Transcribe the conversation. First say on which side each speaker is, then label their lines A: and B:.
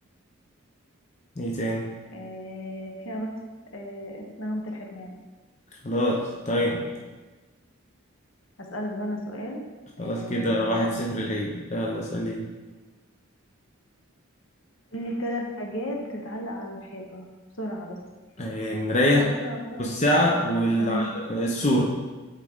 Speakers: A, on the left; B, on the left.
A: إيه تاني
B: آه، فيها بس آه، نغمة الحرمان
A: <laughs> خلاص طيب
B: أسألك بقى أنا سؤال
A: خلاص
B: آه،
A: كده واحد صفر
B: م-
A: ليا
B: م.
A: يلا سليم
B: قولي ثلاث حاجات بتتعلق على الحيطة بسرعة بس
A: آه، مراية
B: بسرعة بسرعة بسرعة
A: والساعة والسور
B: تمام